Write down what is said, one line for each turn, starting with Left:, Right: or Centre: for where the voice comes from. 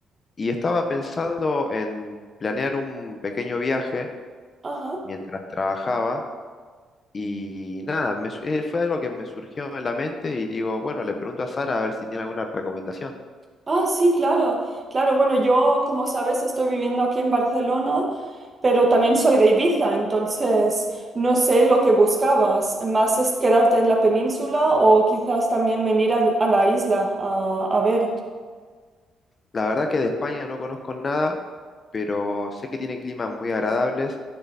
Left: y estaba pensando en planear un pequeño viaje
Right: <laughs> Ajá.
Left: mientras trabajaba y nada, me su- eh, fue algo que me surgió en la mente y digo, bueno, le pregunto a Sara a ver si tiene alguna recomendación.
Right: Ah, sí, claro. Claro, bueno, yo, como sabes, estoy viviendo aquí en Barcelona, pero también soy de Ibiza, entonces no sé lo que buscabas. ¿Más es quedarte en la península o quizás también venir al- a, la isla a, a ver?
Left: La verdad que de España no conozco nada, pero sé que tienen climas muy agradables,